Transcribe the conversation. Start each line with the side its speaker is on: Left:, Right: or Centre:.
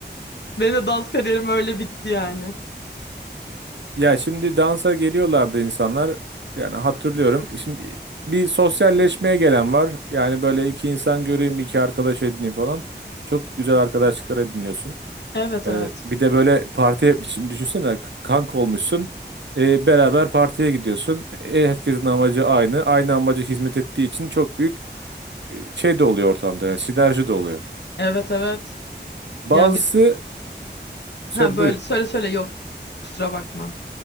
Left: Benim de dans kariyerim öyle bitti yani.
Right: Ya şimdi dansa geliyorlardı insanlar. Yani hatırlıyorum. Şimdi bir sosyalleşmeye gelen var. Yani böyle iki insan göreyim, iki arkadaş edineyim falan. Çok güzel arkadaşlıklar ediniyorsun.
Left: Evet
Right: Ee,
Left: evet.
Right: bir de böyle partiye düşün- düşünsene k- kanka olmuşsun. Ee, beraber partiye gidiyorsun. E, herkesin amacı aynı. Aynı amaca hizmet ettiği için çok büyük şey de oluyor ortamda. Yani sinerji de oluyor.
Left: Evet evet.
Right: Bazısı
Left: Ya bir
Right: söyle
Left: ha böyle
Right: buyur.
Left: söyle söyle yok. Kusura bakma.